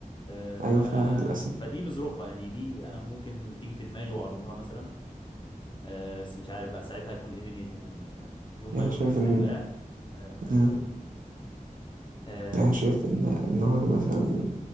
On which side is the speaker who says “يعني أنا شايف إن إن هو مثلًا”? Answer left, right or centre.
Right